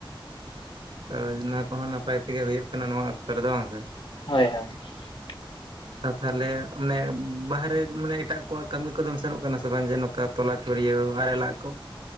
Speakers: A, on the right; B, on the left.
A: ᱛᱚ, ᱚᱱᱟ ᱠᱚᱦᱚᱸ, ᱱᱟᱯᱟᱭ ᱛᱮᱜᱮ, ᱦᱩᱭᱩᱜ ᱠᱟᱱᱟ, ᱱᱚᱣᱟ ᱚᱠᱛᱚ ᱨᱮᱫᱚ, ᱵᱟᱝ ᱥᱮ?
B: ᱦᱳᱭ ᱦᱳᱭ ᱾
A: ᱠᱟ, ᱛᱟᱦᱞᱮ ᱢᱟᱱᱮ, ᱵᱟᱦᱨᱮ ᱢᱟᱱᱮ, ᱮᱴᱟᱜ ᱠᱚᱣᱟᱜ ᱠᱟᱹᱢᱤ ᱠᱚᱫᱚᱢ ᱥᱮᱱᱚᱜ ᱠᱟᱱᱟ, ᱥᱮ ᱵᱟᱝ, ᱡᱮᱱᱚ ᱚᱱᱠᱟ ᱛᱚᱞᱟ ᱪᱷᱩᱲᱭᱟ. ᱣ ᱟᱲᱮᱞᱟᱜ ᱠᱚ?